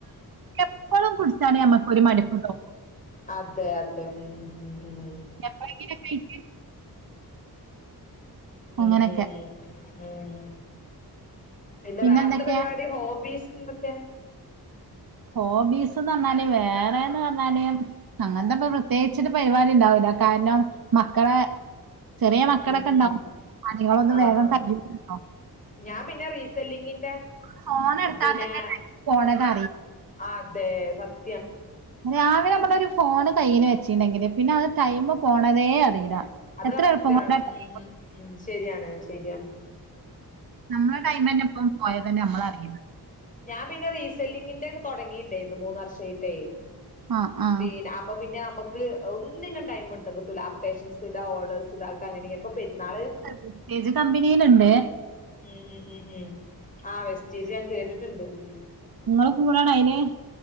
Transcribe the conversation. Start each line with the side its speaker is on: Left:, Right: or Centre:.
Right: എപ്പളും കുടിച്ചാണ് മ്മക്ക്രു മടുപ്പ് തോ
Left: അതെ അതെ ഉം ഉം
Right: എപ്പയെങ്കി ഒക്കെ ആയിട്ട് അങ്ങനൊക്കെ
Left: ഉം ഉം ഉം ഉം ഇല്ല
Right: പിന്നെ
Left: വേറെ
Right: എന്തൊക്കെയാ
Left: എന്താ പരിപാടി ഹോബീസ് എന്തൊക്കെയ
Right: ഹോബീസ്ന്ന് പറഞ്ഞാല് വേറെന്ന് പറഞ്ഞാല് അങ്ങനത്തെപ്പ പ്രത്യേകിച്ചിട്ട് പരിപാടി ഉണ്ടാവൂല്ല കാരണം മക്കളെ ചെറിയ മക്കളൊക്കെ
Left: ഉം ഉം
Right: ഉണ്ടാവും പണിളൊന്നും
Left: ആഹ്
Right: വേഗം
Left: ആഹ്
Right: കയ്യൂലല്ലോ
Left: ഞാൻ പിന്നെ റീസെല്ലിങ്ങിന്റെ
Right: ഫോൺ എടുത്താ
Left: പിന്നെ
Right: തന്നെ ഫോണൊക്കെ
Left: ആഹ് അതെ സത്
Right: അ രാവിലെ നമ്മളരു ഫോണ് കയ്യില് വെച്ചിണ്ടെങ്കില് പിന്നെ അത് ടൈമ് പോണതേ അറിയില്ല
Left: അത്
Right: എത്ര
Left: കറക്റ്റ്ണ്
Right: എളുപ്പം കൊണ്ടാ
Left: ഉം
Right: ടൈം
Left: ഉം ഉം ശരിയാണ് ശരിയാണ്
Right: നമ്മളെ ടൈമന്നെ ഇപ്പം പോയത് തന്നെ നമ്മളറിയണം
Left: ഞാൻ പിന്നെ റീസെല്ലിങ്ങിന്റെ തുടങ്ങിയിണ്ടായിരുന്നു മൂന്ന് വർഷായിട്ടേ
Right: ആഹ് ആഹ്
Left: പിന്നെ അപ്പൊ പിന്നെ നമ്മക്ക് ഒന്നിനും ടൈം എടുത്താ കിട്ടൂ അപ്റ്റേഷൻസ് ഇതാ ഓർഡേഴസ് ഇതാക്ക അങ്ങനെ ഇപ്പോ പരുന്നാള്
Right: എ കെജ് കമ്പനിയിലുണ്ട്
Left: ഉം ഉ ഉം ഉം ആ വെസ്റ്റീജൂ ഞാൻ കേട്ടിട്ടുണ്ട് ഉം
Right: നിങ്ങള് കൂടണ അയിന്